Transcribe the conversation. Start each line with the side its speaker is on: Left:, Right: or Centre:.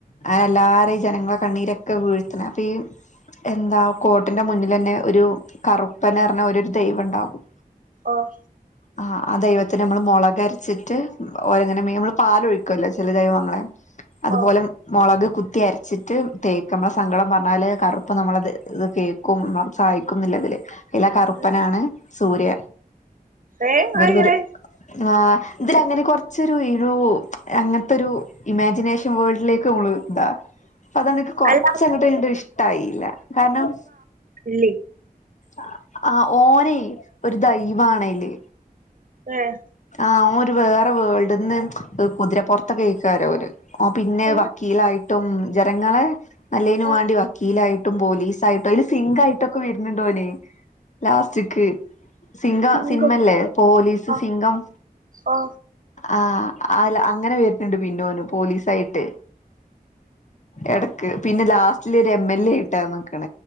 Left: അങ്ങനെ എല്ലാരും ജനങ്ങള കണ്ണീരൊക്കെ വീഴ്ത്ത്ണ അപ്പൊ ഈ എന്താ കോട്ടിന്റെ മുന്നിലന്നെ ഒരു കറുപ്പന്ന്ന് പറഞ്ഞ ഓലെ ഒരു ദൈവം ഉണ്ടാകും
Right: ഓഹ്
Left: ആഹ് ആഹ് ദൈവത്തിനെ മ്മള് മൊളകരച്ചിട്ട് ഓരങ്ങനെ നമ്മള് പാല് ഒഴിക്കല്ലോ ചെല ദൈവങ്ങളെ അതുപോലെ
Right: ഓ
Left: മുളക് കുത്തി അരച്ചിട്ട് തേക്ക നമ്മളെ സങ്കളം പറഞ്ഞാല് കറുപ്പ് നമ്മളെ കേക്കും നമ്മളെ സഹായിക്കുന്നില്ലതില് ഇയിലെ കറുപ്പനാണ്
Right: ഉം.
Left: സൂര്യ
Right: ഏ
Left: ഇവര്
Right: അങ്ങനെ
Left: വര് ആഹ് ഇതിലങ്ങനെ കൊറച്ചൊരു ഇരു അങ്ങനത്തെ ഒരു ഇമാജിനേഷൻ വേൾഡിലേക്ക് നമ്മള് ഇതാ അതോണ്ട് ഇക്ക് കൊറച്ചങ്ങട്ട്ട്
Right: അല്ല
Left: ഇഷ്ട്ടായില കാരണം
Right: ഇല്ലേയ്
Left: അഹ് ആഹ് ഓനെയ് ഒരു ദൈവണയ്ല്
Right: ഏഹ്
Left: ആഹ് ഓന് വേറൊരു വേൾഡ്ന്ന് കുതിരപ്പൊറത്തക്കായ്ക്കാരോര് ഓൻ പിന്നെ
Right: ആ
Left: വക്കീലായിട്ടും ജനങ്ങളെ നല്ലതിനന്
Right: ഓ
Left: വേണ്ടി വക്കീലായിട്ടും പോലീസ ആയിട്ടും അതില് സിംഗ ആയിട്ടൊക്കെ വരുന്നുണ്ട് ഓന്ലാസ്റ്റിക് സിംഗ
Right: സിംഗം
Left: സിനിമല്ലേ പോലീസ്
Right: ആ
Left: സിംഗം
Right: ഓ
Left: ആഹ് അല്ല അങ്ങനെ വരണ്ട് പിന്നെന്ന് പോലീസായിട്ട് ഇടക്ക് പിന്നെ ലാസ്റ്റില് ഒരു എം എൽ എ ഇട്ടാ നക്കണ